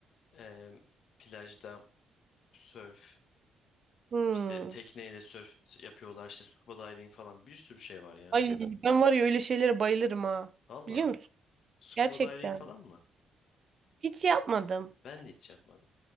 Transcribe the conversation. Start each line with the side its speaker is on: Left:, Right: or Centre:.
Left: Em, plajda sörf.
Right: Hmm.
Left: İşte tekneyle surf yapıyorlar işte scuba diving falan bir sürü şey var ya.
Right: Ay ben var ya öyle şeylere bayılırım ha.
Left: Valla
Right: Biliyor musun?
Left: scuba
Right: Gerçekten.
Left: diving falan mı?
Right: Hiç yapmadım.
Left: Ben de hiç yapmadım.